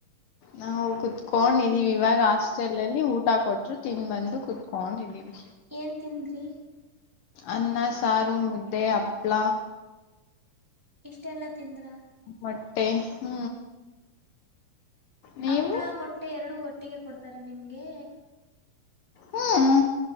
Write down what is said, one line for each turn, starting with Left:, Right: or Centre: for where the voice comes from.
Left: ನಾವು ಕುತ್ಕೊಂಡಿದೀವಿ ಇವಾಗ ಹಾಸ್ಟೆಲ್ ಲಿ ಊಟ ಕೊಟ್ರು ತಿಂದ್ ಬಂದು ಕುೂತ್ಕೊಂಡ್ದೀವಿ
Centre: ಏನ್ ತಿಂದ್ರಿ
Left: ಅನ್ನ ಸಾರು ಮುದ್ದೆ ಅಪ್ಳ
Centre: ಇಷ್ಟೆಲ್ಲ ತಿಂದ್ರ
Left: ಮೊಟ್ಟೆ ಹ್ಮ್ ನೀವು
Centre: ಹಪ್ಳ ಮೊಟ್ಟೆ ಎರಡು ಒಟ್ಟಿಗೆ ಕೊಡ್ತಾರ ನಿಮ್ಗೆ
Left: ಹ್ಮ್